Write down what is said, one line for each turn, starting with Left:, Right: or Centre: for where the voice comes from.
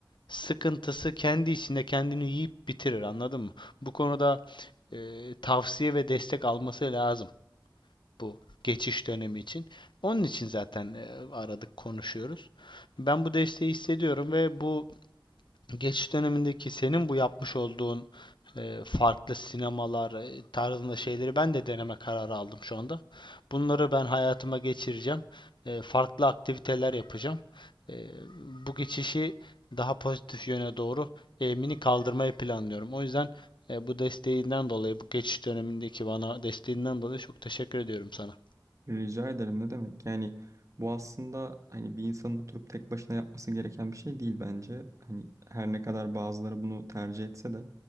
Left: sıkıntısı kendi içinde kendini yiyip bitirir. Anladın mı? Bu konuda e, tavsiye ve destek alması lazım bu geçiş dönemi için. Onun için zaten e, aradık, konuşuyoruz. Ben bu desteği hissediyorum ve bu geçiş dönemindeki senin bu yapmış olduğun e, farklı sinemalar e, tarzında şeyleri ben de deneme kararı aldım şu anda. Bunları ben hayatıma geçireceğim. E, farklı aktiviteler yapacağım. E, bu geçişi daha pozitif yöne doğru eğimini kaldırmayı planlıyorum. O yüzden e, bu desteğinden dolayı, bu geçiş dönemindeki bana desteğinden dolayı çok teşekkür ediyorum sana.
Right: Rica ederim ne demek? Yani bu aslında hani bir insanın oturup tek başına yapması gereken bir şey değil bence. Hani her ne kadar bazıları bunu tercih etse de